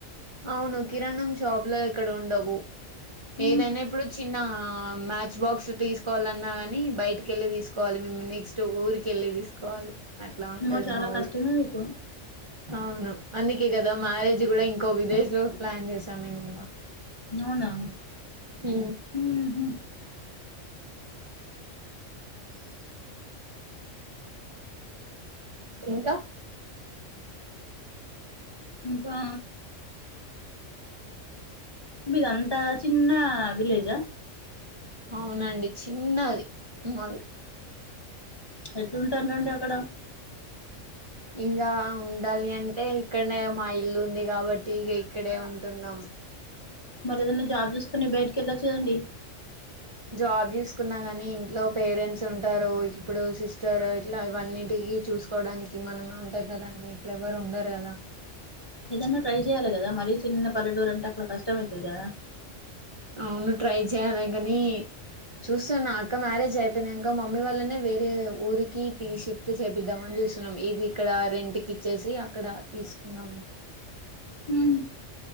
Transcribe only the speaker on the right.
అవును కిరాణం షాప్లో ఇక్కడ ఉండవు
ఏదైనా ఇప్పుడు చిన్నా మ్యాచ్ బాక్స్ తీసుకోవాలన్నా గని బయటికెళ్ళి తీసుకోవాలి మేము నెక్స్ట్ ఊరికెళ్ళి తీసుకోవాలి అట్లా ఉంటది
మా
ఊరు
అవును అందుకే గదా మ్యారేజ్ గూడా ఇంకో విలేజ్ లో ప్లాన్ చేసాము మేము
మ్
ఇంకా
అవునండి చిన్నది మాది
ఇంగా ఉండాలి అంటే ఇక్కడనే మా ఇల్లు ఉంది గాబట్టి ఇగ ఇక్కడే ఉంటున్నం
జాబ్ చూసుకున్నా గని ఇంట్లో పేరెంట్స్ ఉంటారు ఇప్పుడు సిస్టర్ ఇట్లా ఇవన్నిటికి కి చూసుకోడానికి మనమే ఉంటం కదండి ఇప్పుడు ఎవ్వరు ఉండరు గదా
అవును ట్రై చేయాలి గనీ చూస్తున్నా అక్క మ్యారేజ్ అయిపోయినంక మమ్మీ వాళ్ళనే వేరే ఊరికి తీ షిఫ్ట్ చేపిద్దాం అన్ చుస్తున్నాం ఇది ఇక్కడ రెంట్ కిచ్చేసి అక్కడ తీసుకుందాం అని